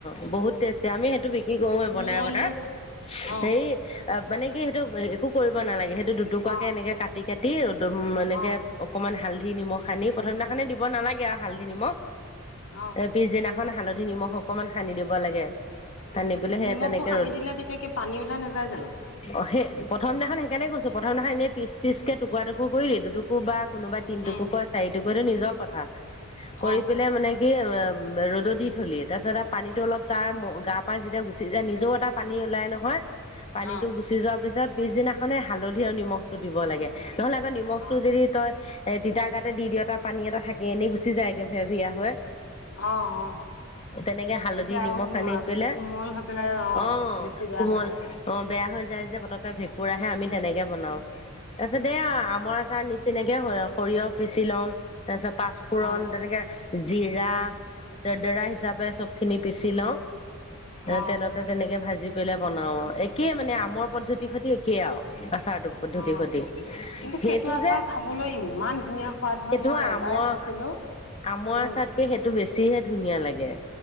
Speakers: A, on the left; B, on the left.
A: অ বহুত টেষ্টি আমি সেইটো বিক্ৰী কৰোৱে
B: কোমলো
A: বনাই বনাই।
B: অ',
A: সেই অ', মানে কি সেইটো একো কৰিব নালাগে, সেইটো দুটুকাকে
B: অ',
A: এনেকে কাটি কাটিদম এনেকে
B: অ',
A: অকমান হালধি, নিমখ আনি প্ৰথম দিনাখনে দিব নালাগে আৰু হালধি নিমখ
B: অ'।
A: এ, পিছদিনাখন হালধি নিমখ অকনমান সানি দিব লাগে। সানি পেলাই সেয়া
B: নিমখটো
A: তেনেকে
B: সানি
A: ৰ'দ
B: দিলে তেতিয়া কি পানী ওলাই নাযায় জানো?
A: অ', সেই প্ৰথম দিনাখন সেইকাৰণে‌ গইছো প্ৰথম দিনাখন এনেই পিচ-পিচ কে টুৰা টুুকুৰ কৰিল দুটুকু বা কোনোবা তিনটোকো
B: অ',
A: কয় চাৰিটোকটো নিজৰ কথা।
B: অ',
A: ‌কৰি পেলাই মানে কি? এ উ, ৰ'দত দি থলি। তাৰপিছত পানীতো অলপ তাৰ গা পা যেতিয়া গুচি যায় নিজেও এটা পানী ওলাই নহয়। পানীতটো
B: অ',
A: গুচি যোৱাৰ পিছত পিছদিনাখনে হালধি আৰু নিমখটো দিব লাগে। নহ'লে আকৌ নিমখটো
B: অ'।
A: যদি তই এ', তিতাঁ গাতে দিওঁতা পানী এটা থাকে এনেই গুচি যায়গে ভে‌-ভিয়া হয়।
B: অ', অ'।
A: তেনেকে হালধি
B: তেতিয়া
A: নিমখ
B: আৰু উম
A: সানি পেলাই,
B: কোমল হৈ পেলাই
A: অ',
B: বেছি বেয়া
A: কোমল
B: হৈ যায়
A: অ', বেয়া হৈ যায় যে পতকে ভেঁকুৰ আহে আমি তেনেকে বনাও। তাৰপিছত দেইয়া আমৰ আচাৰ নিচিনাকে সৰিয়হ পিচি লওঁ তাৰপিছত পাচ পুৰণ
B: অ
A: তেনেকে জিৰা দৰদৰা হিচাপে চবখিনি পিচি লওঁ। এ',
B: অ
A: তেলতে তেনেকে ভাজি পেলাই বনাও আৰু একেই মানে আমৰ পদ্ধতিৰ সৈতে একেই আৰু আচাৰটো পদ্ধতিৰ
B: অ
A: সৈতে।
B: কিন্তু
A: সেইটো
B: আচাৰ
A: যে
B: খাবলৈ ইমান
A: সেইটো
B: ধুনীয়া সোৱাদ হয় মই
A: আমৰ
B: এবাৰ খাইছিলো
A: আমৰ
B: উম
A: আচাতকে সেইটো বেছিহে ধুনীয়া লাগে।